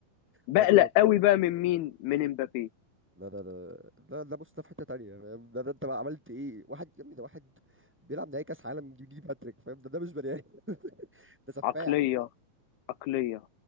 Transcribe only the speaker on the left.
بقلق
قوي
بقى من مين؟ من امبابي
عقلية عقلية